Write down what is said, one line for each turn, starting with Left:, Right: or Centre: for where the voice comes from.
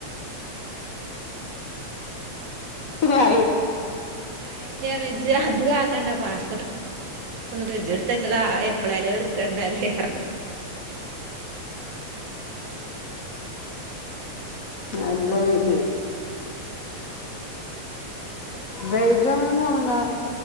Left: വാ
Right: ആ ഐഡിയാണ് ഇജ് അത് കാക്ക ത്തച്ചളാ എപ്പളായാല് അയ് എടുക്കണ്ടെല്ലേ
Left: അല്ല പിന്നെ ബേജൊന്നിനും പോണ് ണ്ട